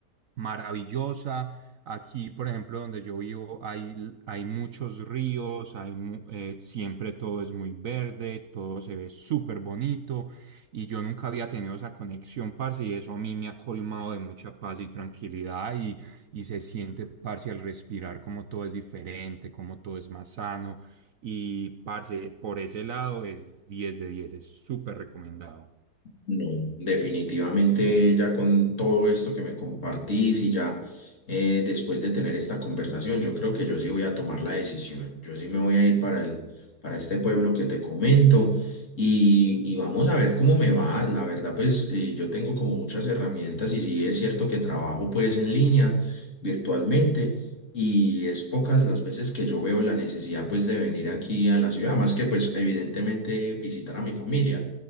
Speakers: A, on the right; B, on the left.
A: maravillosa. Aquí, por ejemplo, donde yo vivo, hay, hay muchos ríos, hay, mu- eh, siempre todo es muy verde, todo se ve súper bonito y yo nunca había tenido esa conexión, parce, y eso a mí me ha colmado de mucha paz y tranquilidad y, y se siente, parce, al respirar como todo es diferente, como todo es más sano y parce, por ese lado es diez de diez es súper recomendado.
B: No, definitivamente ya con todo esto que me compartís y ya eh, después de tener esta conversación, yo creo que yo sí voy a tomar la decisión. Yo sí me voy a ir para el, para este pueblo que te comento y, y vamos a ver cómo me va. La verdad, pues eh, yo tengo como muchas herramientas y sí es cierto que trabajo pues en línea, virtualmente. Y es pocas las veces que yo veo la necesidad pues de venir aquí a la ciudad, más que pues evidentemente visitar a mi familia